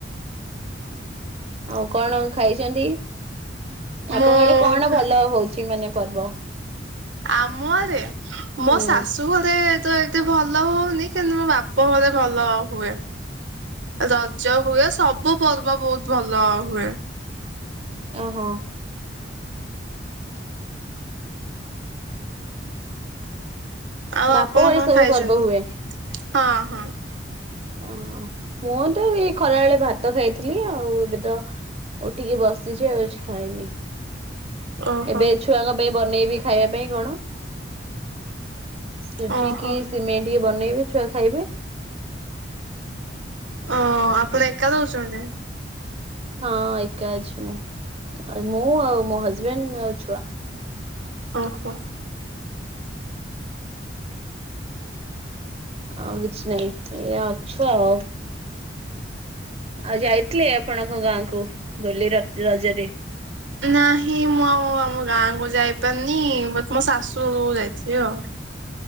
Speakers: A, on the right; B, on the right.
A: ଆଉ କଣ ଖାଇଚନ୍ତି
B: ମୁଁ
A: ଆପଣଙ୍କ ଆଡେ କଣ ଭଲ ହୋଉଚି ମାନେ ପର୍ବ?
B: ଆମ ଆଡେ ମୋ
A: ହୁଁ
B: ଶାଶୁ ଘରେ ତ ଏତେ ଭଲ ହୋଉନି କିନ୍ତୁ ମୋ ବାପ ଘରେ ଭଲ ହୁଏ। ରଜ ହୁଏ ସବୁ ପର୍ବ ବୋହୁତ ଭଲ ହୁଏ।
A: ଓ ହୋ।
B: ଆଉ
A: ବାପ
B: ଆପଣ
A: ଘରେ
B: କଣ
A: ସବୁ
B: ଖାଇଚନ୍ତି
A: ପର୍ବ ହୁଏ।
B: ହଁ ହଁ।
A: ଅହ ମୁଁ ତ ଏଇ ଖରାବେଳେ ଭାତ ଖାଇଥିଲି ଆଉ ଏବେ ତ ଉଠିକି ବସିଛି ଆଉ କିଛି ଖାଇନି।
B: ଓହୋ
A: ଏବେ ଛୁଆଙ୍କ ପାଇଁ ବନେଇବି ଖାଇବା ପାଇଁ କଣ। ସୁଝି
B: ଓହୋ
A: କି ସିମେଇ ଟିକେ ବନେଇବି ଛୁଆ ଖାଇବେ। ହୁ <inaudible>
B: ଓ ଆପଣ ଏକା ରଉଚନ୍ତି?
A: ହଁ ଏକା ଅଛି ମୁଁ ଆ ମୁଁ ଆଉ ମୋ ହଜବେଣ୍ଡ ଆଉ ଛୁଆ।
B: ଓହୋ।
A: ଆଉ କିଛି ନାଇଁ ଏୟା ଅଛୁ ଆଉ ଆଉ ଆଜି ଥିଲେ ଆପଣଙ୍କ ଗାଁ କୁ ହୋଲି ରଯ ରଜରେ?
B: ନାହିଁ ମୁଁ ଆଉ ଆମ ଗାଁ କୁ ଯାଇପାରୁିନି ବ ମୋ ଶାଶୂ ଘର କୁ ଯାଇଥିଲି ଆଉ।